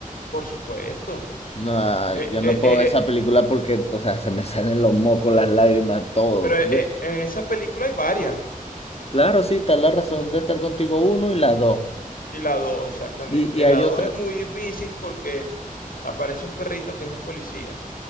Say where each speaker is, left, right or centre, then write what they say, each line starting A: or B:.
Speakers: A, on the left; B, on the left.
A: Por supuesto.
B: No, ah,
A: Eh,
B: yo
A: eh,
B: no puedo
A: eh, eh,
B: ver esa película porque, o sea, se me <laughs> salen los mocos, las lágrimas, todo.
A: pero eh,
B: Yo,
A: eh, en esa película hay varias.
B: claro, sí, está La razón de estar contigo uno y la dos.
A: Y la 2 exactamente.
B: Y, y
A: En
B: hay
A: la 2
B: otra.
A: es muy difícil porque aparece un perrito que es un policía.